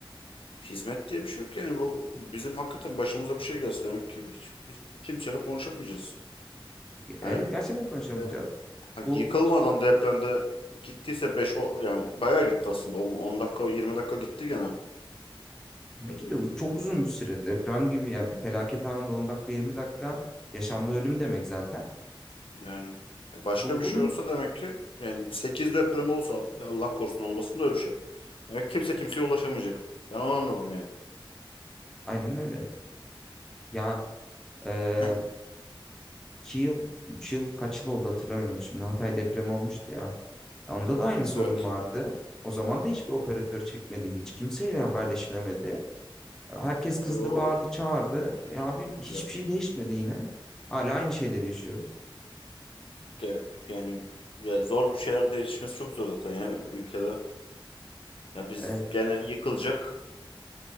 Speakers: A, on the left; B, in the centre.
A: Hizmet diye bir şey yok yani bu bizim hakikaten başımıza bir şey gelse demek ki hiç, biz kimseyle konuşamayacağız.
B: Evet
A: Yani,
B: gerçekten konuşamayacağız.
A: yani hani
B: Bu
A: yıkılmadan depremde gittiyse 5 yani bayağı gitti aslında on on dakika 20 dakika gitti gene.
B: tabii
A: Ee,
B: ki de uz- çok uzun bir süre deprem gibi yani bir felaket anında 10 dakika 20 dakika yaşamla ölüm demek zaten.
A: Yani E, başka
B: Bu
A: bir
B: bunun
A: şey olsa demek ki yani 8 deprem olsa ya Allah korusun olmasın da öyle bir şey. Demek kimse kimseye ulaşamayacak. Ben onu anladım yani.
B: aynen öyle. Ya e,
A: Heh,
B: 2 yıl 3 yıl kaç yıl oldu hatırlamıyorum şimdi Hatay depremi olmuştu ya. Onda da aynı sorun
A: evet.
B: vardı. O zaman da hiçbir operatör çekmedi. Hiç kimseyle haberleşilemedi. Herkes
A: Tabii
B: kızdı,
A: o
B: bağırdı,
A: o-
B: çağırdı.
A: <clears throat>
B: E abi hiçbir
A: ya,
B: şey değişmedi yine. Hala aynı şeyleri yaşıyoruz.
A: de, yani ya zor bir şeyler değişmesi çok zor zaten ya ülkede. Ya biz
B: Evet.
A: gene yıkılacak.